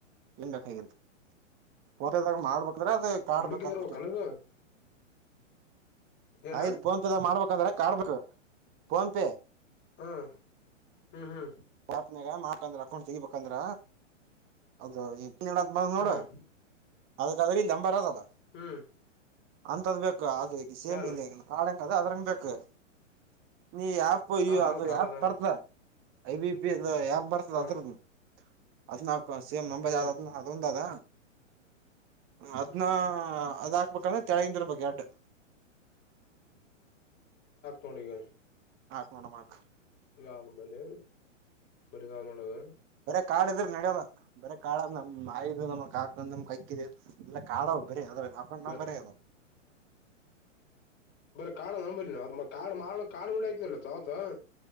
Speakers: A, on the right; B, on the left.
A: ಏನ್ ಬೇಕಾಗುತ್ತೆ ಫೋ. ಮದಾಗ ಮಾಡ್ಬೇಕ್ರ ಅದೇ ಕಾಡ್ಬೇಕಾದ
B: ಬುಡಕಿಂದ್ರ
A: ಬಿಟಿ.
B: ಹೋಗಕನದು ಏನ
A: ಆಯ್ತ ಫೋನ್ ಪೇ ದಾಗ ಮಾಡ್ಬೇಕಾದ್ರೆ ಕಾರ್ಡ್ ಬೇಕು ಫೋನ್ ಪೇ.
B: ಹ ಹ್ಮ್ ಹ್ಮ್
A: <unintelligible> ಗ ಮಾಡಕಂದ್ರ ಅಕೌಂಟ್ ತೆಗಿಬೇಕಂದ್ರ ಅದು ಈ <unintelligible> ನೋಡು
B: ಹ್ಮ್
A: ಅದಕ್ಕ ಅದ್ರ ನಂಬರ್ ಆಗದ.
B: ಹ್ಮ್
A: ಅಂತದ್ ಬೇಕು ಅದು ಈ ಸೇಮ್
B: ಮ್ಯಾಲ
A: ಇದೆ ಕಾಡಂಗ ಅದ ಅದ್ರಂಗ ಬೇಕು. ನೀ ಯಾಪ್ ಇ
B: ಅದ
A: ಅದು
B: ಅದ ಕಾಡ
A: ಯಾಪ್
B: ಅದ
A: ಬರ್ತ ಐ ಬಿ ಪಿ ಅದ ಆ್ಯಪ್ ಬರ್ತದ
B: ಹ್ಮ್
A: ಅದ್ರುದ ಅದ್ನಕ ಸೇಮ್ ನಂಬರ್
B: ಹ್ಮ್
A: ಯಾವ್ದ ಅದ ಒಂದು ಅದ. ಅದ್ನ
B: ಹ್ಮ್
A: ಅದ್ ಹಾಕ್ಬೇಕಂದ್ರೆ ತೆಳಗಿಂದಿರ್ಬೇಕ ಎರಡು.
B: ನೋಡಿಗ.
A: ಹಾಕ್ ನೊಡ್ ಮಾಕ್.
B: ಅಂಬಲ್ ಅಂಬಲಿ ತನ್ನಳ್ಳದು.
A: ಬರೆ ಕಾಡ್ ಇದ್ರ ನಡ್ಯಲ್ಲ ಬರೆ ಕಾಳ ನಮ್ ಆಯು ನಮ ಕಾಕ ನಮ್ ಕಕ್ಕಿದ ಇಲ್ಲ ಕಾರ್ಡವ್ ಬರೆದ ಅಕೌಂಟ್
B: ಬರ್
A: ನಂಬರ್ ಅದು.
B: ಬರ ಕಾಡ ನ ಬರಿ ಕಾ ಮಾಡಣ ಕಾಡ ಹೊಡ ಆಯತಲ್ಲ ಆತ ಅತ್.